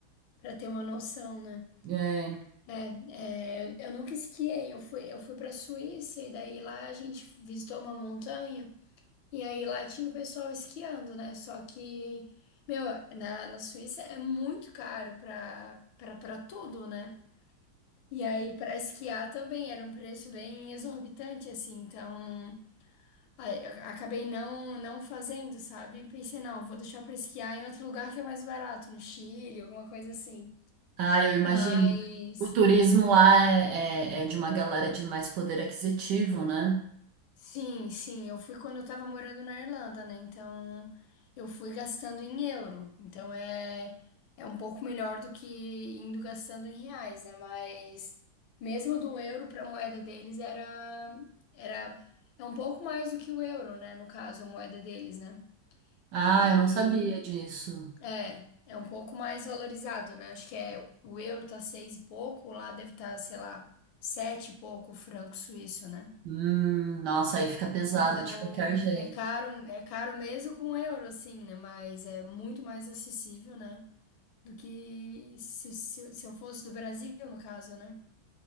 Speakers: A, on the left; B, on the right.
A: Para ter uma noção, né?
B: É,
A: É, é, eu eu nunca esquiei. Eu fui, eu fui para Suíça e daí lá a gente visitou uma montanha e aí lá tinha o pessoal esquiando, né? Só que, meu, na, na Suíça é muito caro para para para tudo, né? E aí para esquiar também era um preço bem exorbitante, assim. Então Aí, eu Acabei não, não fazendo, sabe? Pensei, não, vou deixar pra esquiar em outro lugar que é mais barato, no Chile, alguma coisa assim.
B: Ah, eu imagino.
A: Mas,
B: O turismo lá é, é, é de uma galera de mais poder aquisitivo, né?
A: sim, sim, eu fui quando eu tava morando na Irlanda, né? Então, eu fui gastando em euro. Então, é, é um pouco melhor do que indo gastando em reais, né? Mas, mesmo do euro pra moeda deles, era, era, é um pouco mais do que o euro, né? No caso, a moeda deles, né?
B: Ah,
A: E.
B: eu não sabia disso.
A: É, é um pouco mais valorizado, né? Acho que é o euro tá seis e pouco, lá deve estar, sei lá, sete e pouco o franco suíço, né?
B: Hum, nossa, aí fica pesado
A: Então,
B: de qualquer jeito.
A: é caro, é caro mesmo com euro, assim, né? Mas é muito mais acessível, né? Do que se, se, se eu fosse do Brasil, no caso, né?